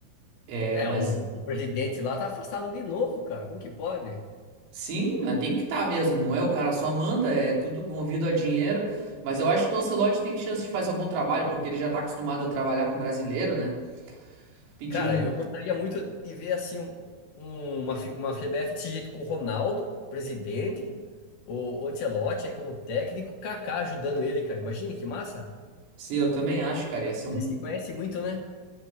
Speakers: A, on the right; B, on the left.
A: É,
B: É,
A: mas
B: o, o presidente lá tá afastado de novo, cara. Como que pode?
A: sim, né, tem que estar tá mesmo. Não é o cara só manda, é tudo movido a dinheiro. Mas eu acho que o Ancelotti tem chance de fazer um bom trabalho, porque ele já tá acostumado a trabalhar com brasileiro, né? Pediu
B: Cara,
A: um.
B: eu gostaria muito de ver assim um- um, uma, F- uma FBF desse jeito com o Ronaldo, presidente, o o Ancelotti aí como técnico, o Kaká ajudando ele, cara. Imagine que massa.
A: Sim, eu também acho, cara. Ia ser um
B: Eles se conhecem muito, né?